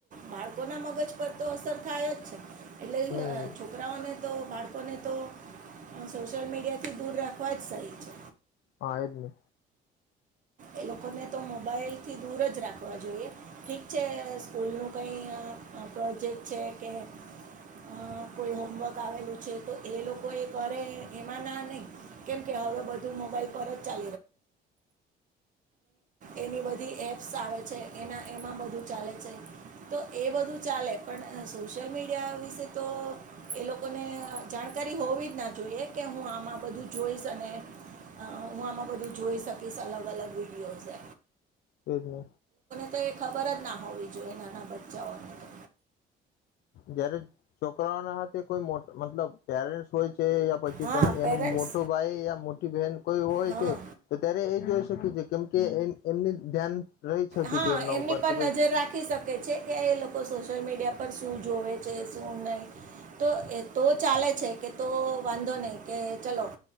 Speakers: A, on the right (about 50°); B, on the left (about 70°).
A: બાળકો ના મગજ પર તો અસર થાય જ છે. એટલે
B: હમ
A: છોકરાઓને બાળકોને તો સોશિયલ મીડિયા થી દૂર રાખવા જ સહી છે.
B: હા એ જ ને.
A: એ લોકોને તો મોબાઈલ થી દૂર જ રાખવા જોઈએ, ઠીક છે સ્કૂલ નું કઈ પ્રોજેક્ટ છે કે અ કોઈ હોમવર્ક આવેલું છે તો એ લોકો એ કરે એમાં ના નહી કેમકે હવે બધું મોબાઈલ પર જ ચા એની બધી એપ્સ આવે છે, એના એમાં બધું ચાલે છે તો એ બધું ચાલે પણ સોશિયલ મીડિયા વિશે તો એ લોકોને જાણકારી હોવી જ ના જોઈએ કે હું આમાં બધું જોઈશ અને હું આમાં બધું જોઈ શકીશ અલગ અલગ વિડીયો છે.
B: તે જ ને
A: તો એ ખબર જ ના હોવી જોઈએ નાના બચ્ચાઓને તો
B: જયારે છોકરાઓ ના તે કોઈ મો મતલબ પેરેન્ટ્સ હોય છે યા પછી
A: હા
B: કો
A: પેરેન્ટ્સ
B: એનું મોટું ભાઈ યા તી બેન કોઈ હોય
A: હા
B: છે તો ત્યારે એ જો શ છે કેમ કે એ એમની ધ્યાન રહી શકે
A: હા
B: છે એમના
A: એમની
B: ઉપર
A: પર
B: કે ભાઈ
A: નજર રાખી શકે છે કે એ લોકો સોશિયલ મીડિયા પર શું જોવે છે શું નહી તો એ તો ચાલે છે કે તો વાંધો નહીિ કે ચલો